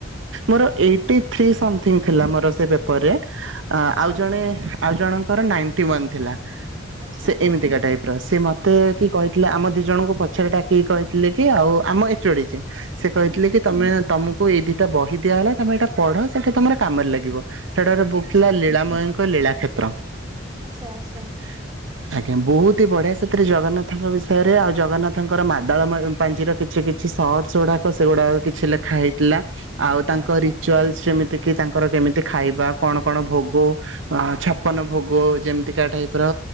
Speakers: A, on the right (about 75°); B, on the right (about 20°).
A: ମୋର ଏଇଟି ଥ୍ରୀ ସମଥିଙ୍ଗ ଥିଲା। ମୋରସ୍ ସେଇ ପେପରରେ, ଆଉ
B: ଆଚ୍ଛା
A: ଜଣେ ଆଉ ଜଣଙ୍କର ନାଇନ୍ଟି ୱାନ୍ ଥିଲା।
B: ଆଚ୍ଛା
A: ସେ ଏମିତିକା ଟାଇପ୍ ର ସେ ମତେ କି କହିଥିଲେ, ଆମ ଦି ଜଣଙ୍କୁ ପଛରେ ଡାକିକି କହିଥିଲେ, କି ଆଉ ଆମ ଏଚ୍ ଓ ଡି ଯିଏ ସେ କହିଥିଲେ
B: ହୁଁ
A: କି, ତମେ ତମକୁ ଏଇ ଦି'ଟା ବହି ଦିଆଗଲା ତମେ ଏଇଟା ପଢ। ସେଠି ତମର କାମରେ ଲାଗିବ। ହେଟାରେ ବୁକ୍
B: ଆଚ୍ଛା
A: ଥିଲା ଲୀଳାମୟଙ୍କ ଲୀଳା କ୍ଷେତ୍ର।
B: ଆଚ୍ଛା ଆଚ୍ଛା।
A: ହ <unintelligible> ଆଜ୍ଞା ବହୁତ ହି ବଢିଆ ସେଥିରେ ଜଗନ୍ନାଥଙ୍କ ବିଷୟରେ ଆଉ ଜଗନ୍ନାଥଙ୍କର ମାଦଳ ପାଞ୍ଜିର କିଛି କିଛି - କିଛି ସର୍ଟସ୍ ଗୁଡାକ ସେଗୁଡାକ କିଛି ଲେଖା ହେଇଥିଲା। ଆଉ ତାଙ୍କ
B: ଆଚ୍ଛା
A: ରିଚୁଆଲସ ଯେମିତି କି ତାଙ୍କର କେମିତି ଖାଇବା କଣ କଣ ଭୋଗ - ଅ ଛପନ ଭୋଗ ଯେମିତିକା ଟାଇପ ର